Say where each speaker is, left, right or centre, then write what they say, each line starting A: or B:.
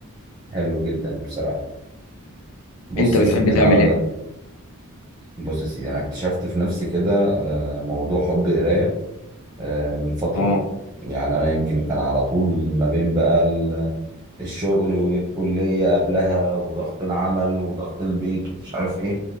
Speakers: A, on the right (about 20°); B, on the left (about 70°).
A: حلو جدا بصراحة بص
B: انت
A: يا
B: بتحب
A: سيدي انا
B: تعمل
A: هقول
B: ايه
A: لك بص يا سيدي انا اكتشفت في نفسي كده آه، موضوع حب القراية آه، من فترة
B: اه
A: يعني انا يمكن كان على طول ما بين بقى الشغل والكلية قبلها وضغط العمل وضغط البيت ومش عارف ايه